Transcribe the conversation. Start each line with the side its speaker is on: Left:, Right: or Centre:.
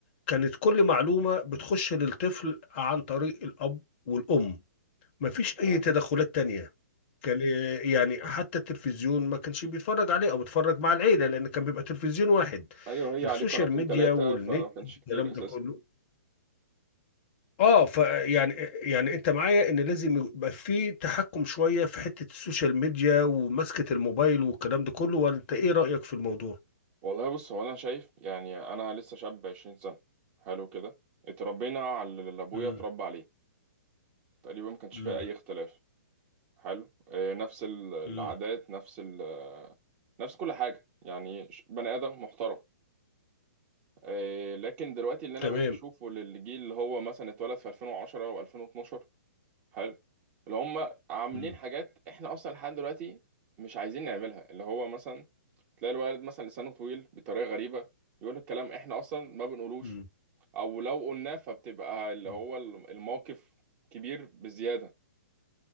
Left: كانت كل معلومه بتخش للطفل عن طريق الاب والام مفيش
Right: تمام
Left: اي تدخلات تانية كان آه، يعني حتى التلفزيون ما كانش بيتفرج عليه او بيتفرج مع العيله لان كان بيبقى تلفزيون واحد
Right: أيوه هي
Left: السوشيال
Right: عليه قناتين
Left: ميديا
Right: تلاتة
Left: والنت
Right: فما كانش
Left: الكلام
Right: كتير أساسا
Left: ده كله اه فيعني يعني يعني انت معايا ان لازم يبقى في تحكم شويه في حته السوشيال ميديا ومسكه الموبايل والكلام ده كله وانت ايه رايك في الموضوع
Right: والله بص هو أنا شايف يعني أنا لسه شاب عشرين سنة حلو كده اتربينا على اللي أبويا
Left: امم
Right: اتربى عليه تقريبا ما كانش
Left: امم
Right: فيها أي اختلاف حلو آه، نفس ال- العادات
Left: امم
Right: نفس ال آه، نفس كل حاجة يعني ش- بني آدم محترم آه، لكن دلوقتي اللي أنا
Left: تمام
Right: بقيت أشوفه للجيل اللي هو مثلا اتولد في 2010 و2012 حلو اللي هم عاملين
Left: امم
Right: حاجات إحنا أصلا لحد دلوقتي مش عايزين نعملها اللي هو مثلا تلاقي الولد مثلا لسانه طويل بطريقة غريبة يقول الكلام إحنا أصلا ما بنقولوش
Left: امم
Right: أو لو قلناه فبتبقى اللي
Left: أمم.
Right: هو الم- الموقف كبير بزيادة